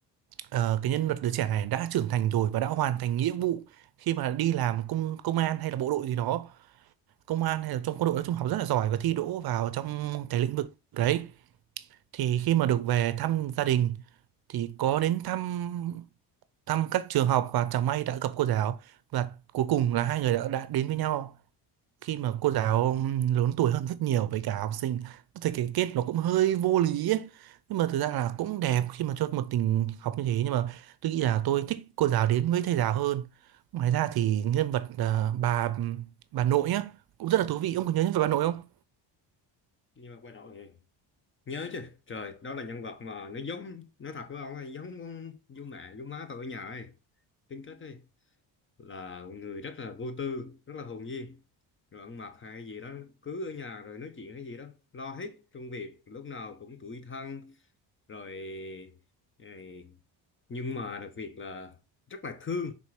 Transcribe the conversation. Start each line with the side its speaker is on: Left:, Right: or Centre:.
Right: Ờ, cái nhân vật đứa trẻ này đã trưởng thành rồi và đã hoàn thành nghĩa vụ khi mà đi làm công công an hay là bộ đội gì đó công an hay là trong quân đội nói chung học rất là giỏi và thi đỗ vào trong cái lĩnh vực đấy thì khi mà được về thăm gia đình thì có đến thăm thăm các trường học và chẳng may đã gặp cô giáo và cuối cùng là hai người đã, đã đến với nhau khi mà cô giáo lớn tuổi hơn rất nhiều với cả học sinh tôi thấy cái kết nó cũng hơi vô lý ấy. nhưng mà thực ra là cũng đẹp khi mà cho một tình học như thế nhưng mà tôi nghĩ là tôi thích cô giáo đến với thầy giáo hơn ngoài ra thì nhân vật ờ, bà bà nội á cũng rất là thú vị ông có nhớ nhân vật bà nội không
Left: nhưng mà quay đầu vậy nhớ chứ trời đó là nhân vật mà nó giống nó thật với ông ấy giống con giống mẹ giống má tôi ở nhà ấy tính kết ấy là người rất là vô tư rất là hồn nhiên rồi ăn mặc hay gì đó cứ ở nhà rồi nói chuyện hay gì đó lo hết công việc lúc nào cũng tủi thân rồi ờ, nhưng mà đặc biệt là rất là thương